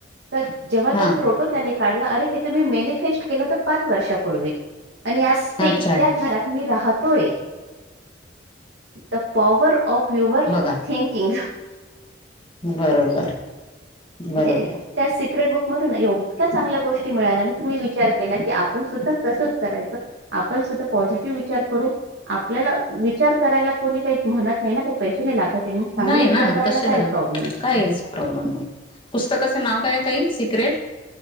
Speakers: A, on the right; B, on the left.
A: तर जेव्हा
B: हा
A: तो फोटो त्यांनी काढला अरे हे त मी मॅनिफेस्ट केलं होत पाच वर्षापूर्वी आणि आज सेम
B: अच्छा
A: त्या घरात मी राहतोय तर पॉवर ऑफ युअर
B: बघा
A: थिंकिंग
B: बरोबर. बरोबर
A: म्हणजे. त्या सिक्रेट बुक मधून एवढ्या चांगल्या गोष्टी मिळाल्या आणि मी विचार केला की आपण सुद्धा कसंच करायचं. आपण सुद्धा पॉझिटिव्ह विचार करू आपल्याला विचार करायला कोणी काही म्हणत नाही ना! पैसे नाही लागत मग चांगले
B: नाही
A: विचार
B: ना
A: करायला
B: कशाला
A: काय प्रॉब्लेम
B: काहीच प्रॉब्लेम नाही. पुस्तकाचं नाव काय ताई secret